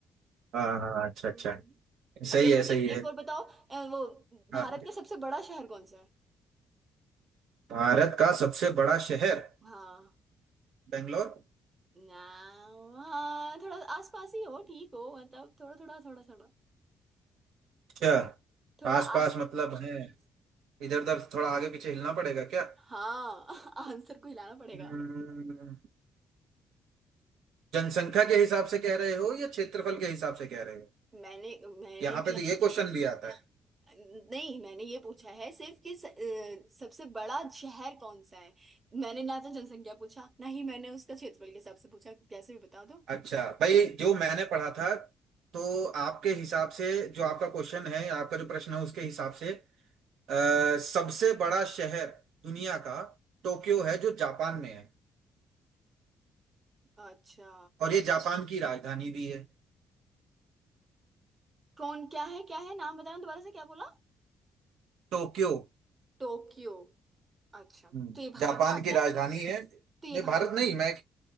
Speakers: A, on the right; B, on the right.
A: हाँ हाँ, अच्छा
B: हम्म
A: अच्छा सही
B: अच्छा
A: है
B: मुझे
A: सही है
B: एक और बताओ अ, वो भारत
A: हाँ
B: का सबसे बड़ा शहर कौन सा है
A: भारत का सबसे बड़ा शहर
B: हाँ
A: बेंगलोर
B: ना हाँ थोड़ा आसपास ही हो ठीक हो मतलब थोड़ा थोड़ा थोड़ा थोड़ा
A: क्या
B: थोड़ा
A: आसपास
B: आस
A: मतलब है इधर उधर थोड़ा आगे पीछे हिलना पड़ेगा क्या
B: हाँ <laughs> आंसर को हिलाना पड़ेगा
A: हम्म, जनसंख्या के हिसाब से कह रहे हो या क्षेत्रफल के हिसाब से कह रहे हो
B: मैंने मैंने
A: यहाँ पे तो ये क्वेश्चन भी आता है
B: नहीं मैंने ये पूछा है सिर्फ कि स, अ, सबसे बड़ा शहर कौन सा है मैंने ना तो जनसंख्या पूछा ना ही मैंने उसका क्षेत्रफल के हिसाब से पूछा कैसे भी बता दो
A: अच्छा भाई जो मैंने पढ़ा था तो आपके हिसाब से जो आपका क्वेश्चन है आपका जो प्रश्न है उसके हिसाब से आ, सबसे बड़ा शहर दुनिया का टोक्यो है जो जापान में है
B: अच्छा
A: और ये जापान की राजधानी भी है
B: कौन क्या है क्या है नाम बताना दोबारा से क्या बोला
A: टोक्यो
B: टोक्यो अच्छा
A: हम्म
B: तो ये भारत
A: जापान
B: में आता
A: की राजधानी
B: है
A: है
B: तो ये
A: ये
B: भारत
A: भारत नहीं
B: में आता
A: मैं